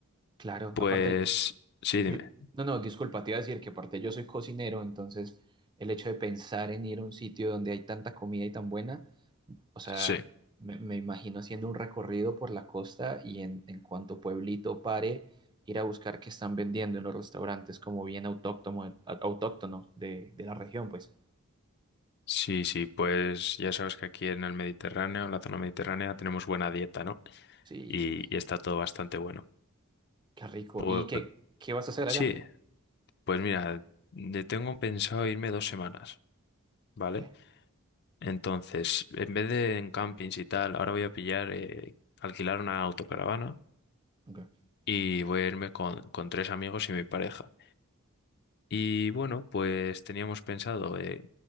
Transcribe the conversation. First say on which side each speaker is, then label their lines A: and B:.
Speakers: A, on the right; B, on the left.
A: Claro,
B: Pues
A: aparte,
B: sí, dime.
A: di- no, no, disculpa, te iba a decir que aparte yo soy cocinero, entonces el hecho de pensar en ir a un sitio donde hay tanta comida y tan buena o sea,
B: Sí.
A: me, me imagino haciendo un recorrido por la costa y en, en cuanto pueblito pare, ir a buscar qué están vendiendo en los restaurantes como bien autóctono, autóctono de, de la región, pues.
B: Sí, sí, pues ya sabes que aquí en el Mediterráneo, en la zona mediterránea, tenemos buena dieta, ¿no?
A: Sí,
B: Y, y está todo bastante bueno.
A: qué rico.
B: Pues
A: ¿Y qué, qué vas a hacer
B: sí,
A: allá?
B: pues mira, de- tengo pensado irme dos semanas, ¿vale?
A: Ok,
B: Entonces, en vez de en campings y tal, ahora voy a pillar, eh, alquilar una autocaravana
A: ok.
B: y voy a irme con, con tres amigos y mi pareja. Y bueno, pues teníamos pensado eh,